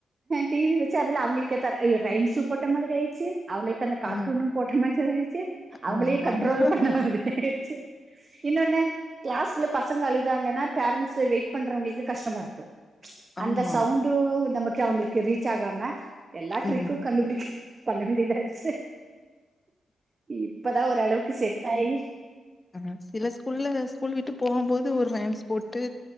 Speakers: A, on the right; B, on the left.
A: டிவி வச்ச அதுல அவங்களுக்கு கேத்த ரைம்சு போட்ட மாரி ஆய்சி அவங்களு கந்த கார்ட்டூனும்
B: ஆ
A: போட்டமாச்சி ஆயிச்சு அவங்களே
B: ஆமா
A: கண்ட்ரோல்
B: ஆமா
A: பண்ண மாரி ஆயிச்சி இன்னொன்னு கிளாஸுகுள்ள பசங்க அலுதாங்கன்னா பேரன்ட்ஸ் வெயிட் பண்றவங்க இது கஷ்டமா இருக்கு அந்த
B: ஆமா
A: சவுண்ட் உ நமக்கு அவங்களுக்கு ரீச் ஆகாம எல்லா ட்ரிக்கும்
B: ம்
A: கண்டுபிடிக் பண்ண வேண்டியதா ஆயிடுச் இப்பதா ஓரளவுக்கு செட் ஆயி
B: ஆ சில ஸ்கூல்ல ஸ்கூல் விட்டு போகும் போது ஒரு ரைம்ஸ் போட்டு